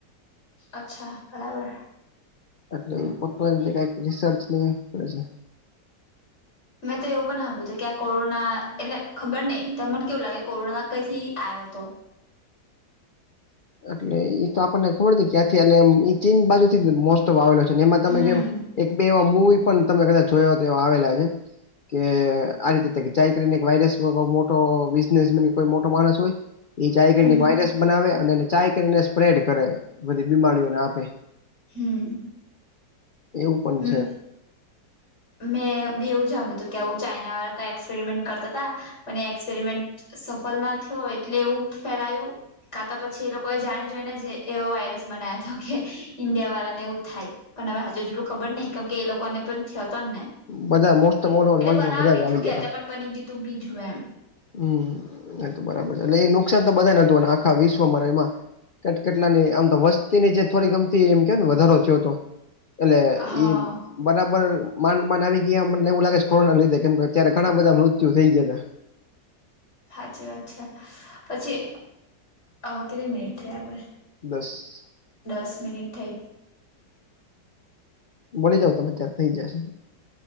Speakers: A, on the left; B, on the left.
A: અચ્છા, બરાબર.
B: એટલે એ પોક્ કઈક રિસર્ચ ન પડે છે
A: મેં તો એવું પણ સાભ્યું હતું કે આ કોરોના એટલે ખબર નહ તો મને કેવું લાગે કોરોના કઈથી આવ્યો હતો.
B: એટલે ઈ તો આપણને ખબર હતી ક્યાંથી એ ચીન બાજુ થી મોસ્ત આવેલો છે એમાં તમે
A: હમ
B: જે એક બે એવા મુવી પણ તમે કદાચ જોયા હો તો એવા આવેલા છે કે આ રીતેાયક વાયરસ મોટો બિઝનેસ કો મોટો માણસ હોય એ ચાય કરીને
A: હમ
B: એક વાયરસ બનાવે અને ચાય કરીને સ્પ્રેડ કરે બધી બીમારીઓને આપે
A: હમ
B: એવું પણ
A: હમ
B: છે
A: મેં એવું જણ્યું હતું કે આવું ચાાઈના વાળા કઈ એક્સપેરિમેન્ટ કરતા હતા પણ એ એક્સપેરિમેન્ટ સફલ ના થયો એટલે એવું ફેલાયું કા તો પછી એ લોકો એ જાણી જોય ને જે એવો વાયરસ બનાવ હતો કે ઈન્ડિયા વાળાને એવું થાય પણ હવે હજુ જેટલું ખબર નઈિ કેમ કે એ લોકોને પણ થયોતો ને ને
B: બધા મોસ્ટ ઓફ ઓલ ઓવર
A: એટલે
B: વર્લ્ડમાં
A: બનાવવા
B: બધા
A: બીજું
B: જ આવી
A: ગ
B: ગયા તા.
A: તે પણ બની ગયું તું બીજું એમ
B: હમ એ તો બરાબર છે એટલે એ નુકસાન તો બધાને હતુંને આખા વિશ્વમાંરા એમાં કેટ કેટલાની આમ તો વસ્તીની જે થોડી ગમતી એમ કે ને વધારો થયો તો એટલે
A: હા
B: ઈ બરાબર નડ ન આવી ગયા મને એવું લાગે કે કોરોના લીધે કેમ અત્યારે ઘણા બધા મૃત્યુ થઈ ગયા
A: હાચી વાત્છા પછી કેટલી મિનિટ થઈ આપડે
B: દસ
A: દસ મિનિટ થઈ
B: મળી જઓ તમે ત્યાં થઈ જશે